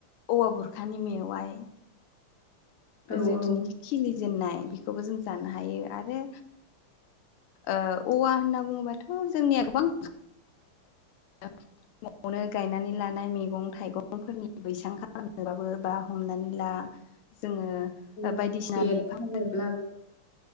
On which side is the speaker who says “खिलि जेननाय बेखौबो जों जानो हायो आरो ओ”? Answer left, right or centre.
Left